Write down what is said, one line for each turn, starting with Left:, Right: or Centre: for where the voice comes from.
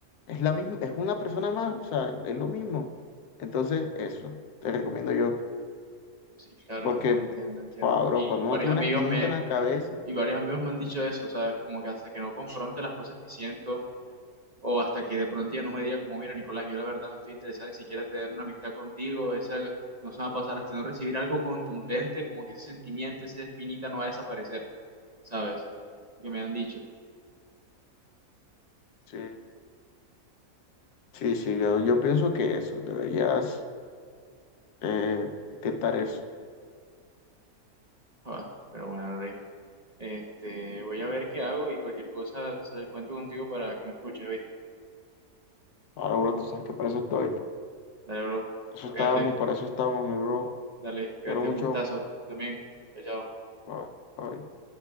Left: es la misma, es una persona más, o sea, es lo mismo. Entonces, eso, te recomiendo yo.
Right: sí, claro,
Left: Porque,
Right: entiendo, entiendo.
Left: joda, bro,
Right: Y
Left: cuando
Right: varios
Left: uno tiene
Right: amigos
Left: una espinita
Right: me,
Left: en la cabeza,
Right: Y varios amigos me han dicho eso, ¿sabes? Como que hasta que no confronte las cosas que siento o hasta que de pronto ya no me diga como, mira, Nicolás, yo la verdad no estoy interesado ni siquiera en tener una amistad contigo, esa no se va a pasar hasta no recibir algo contundente, como que ese sentimiento, esa espinita no va a desaparecer, ¿sabes? Que me han dicho.
Left: sí, sí, sí, yo, yo pienso que eso, deberías eh, intentar eso.
Right: Ah, pero bueno, Rey, este, voy a ver qué hago y cualquier cosa, ¿sabes? Cuento contigo para que me escuches, ¿viste?
Left: Ahora, bro, tú sabes que para eso estoy.
Right: Dale, bro,
Left: Eso estábamos,
Right: fíjate,
Left: para eso estábamos, mi bro.
Right: dale, fíjate,
Left: Quiero mucho.
Right: un gustazo, también, chao. chao.
Left: Bye. bye.